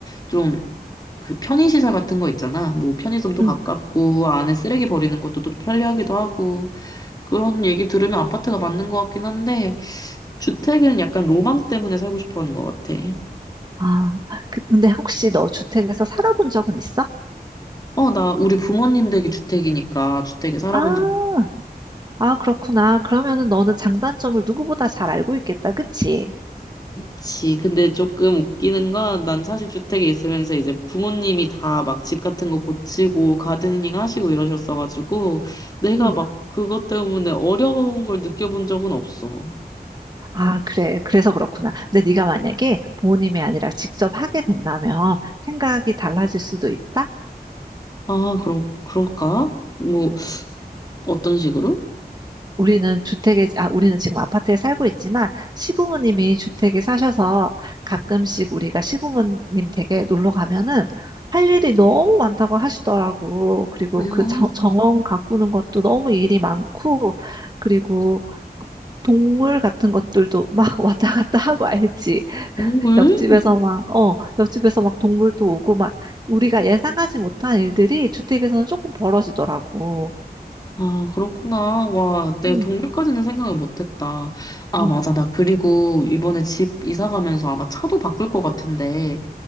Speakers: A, on the left; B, on the right.
A: 좀 그 편의시설 같은 거 있잖아. 뭐 편의점도
B: 응.
A: 가깝고 안에 쓰레기 버리는 것도 또 편리하기도 하고 그런 얘기 들으면 아파트가 맞는 것 같긴 한데 주택은 약간 로망 때문에 살고 싶어 하는 것 같아.
B: 아, 그- 근데 혹시 너 주택에서 살아본 적은 있어?
A: 어, 나 우리 부모님 댁이 주택이니까 주택에 살아본
B: 아,
A: 적
B: 아, 그렇구나. 그러면은 너는 장단점을 누구보다 잘 알고 있겠다. 그치?
A: 그치. 근데 조금 웃기는 건 난 사실 주택에 있으면서 이제 부모님이 다 막 집 같은 거 고치고 가드닝 하시고 이러셨어가지고 내가
B: 응.
A: 막 그것 때문에 어려운 걸 느껴본 적은 없어.
B: 아, 그래. 그래서 그렇구나. 근데 네가 만약에 부모님이 아니라 직접 하게 된다면 생각이 달라질 수도 있다?
A: 아, 그럼, 그럴까? 뭐, 어떤 식으로?
B: 우리는 주택에, 아, 우리는 지금 아파트에 살고 있지만 시부모님이 주택에 사셔서 가끔씩 우리가 시부모님 댁에 놀러 가면은 할 일이 너무 많다고 하시더라고. 그리고
A: 음,
B: 그 정- 정원 가꾸는 것도 너무 일이 많고, 그리고 동물 같은 것들도 막 <laughs> 왔다 갔다 하고 알지.
A: 동물?
B: 옆집에서 막, 어, 옆집에서 막 동물도 오고 막 우리가 예상하지 못한 일들이 주택에서는 조금 벌어지더라고.
A: 아, 그렇구나. 와, 내가
B: 응,
A: 동물까지는 생각을 못했다. 아,
B: 응,
A: 맞아. 나 그리고 이번에 집 이사 가면서 아마 차도 바꿀 것 같은데,